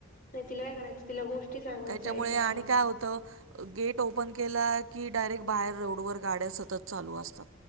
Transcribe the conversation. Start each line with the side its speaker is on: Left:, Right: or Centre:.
Left: नाही तिला काय करायचं- तिला गोष्टी सांगत
Right: त्याच्यामुळे
Left: जायच्या.
Right: आणि काय होतं गेट ओपन केला की डायरेक्ट बाहेर रोडवर गाड्या सतत चालू असतात.